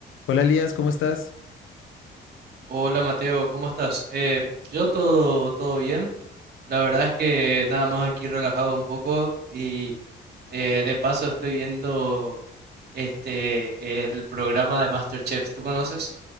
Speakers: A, on the left; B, on the right.
A: Hola Elías, ¿cómo estás?
B: Hola Mateo, ¿cómo estás? Eh, yo todo, todo bien. La verdad es que nada más aquí relajado un poco y eh, de paso estoy viendo este el programa de MasterChef. ¿Tú conoces?